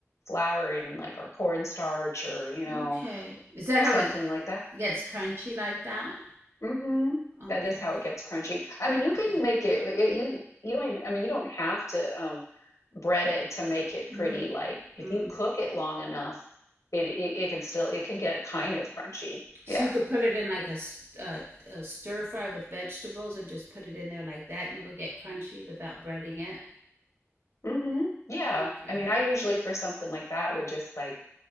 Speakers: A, on the left (about 80°); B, on the right (about 50°).
A: flour and like or cornstarch or you know
B: Okay. Is that how
A: something
B: it
A: like that.
B: gets crunchy like that?
A: Mm-hmm.
B: Okay.
A: That is how it gets crunchy. I mean, you can
B: Okay.
A: make it, it you you don't even I mean you don't have to um, bread it to make it
B: Mm-hmm.
A: pretty. Like if
B: Mm-hmm.
A: you cook it long enough, it it, it can still it can get kind of crunchy.
B: So
A: Yeah.
B: you could put it in like a, s- uh, a stir fry with vegetables and just put it in there like that and it would get crunchy without breading it.
A: hmm Yeah.
B: Okay.
A: I mean, I usually for something like that would just like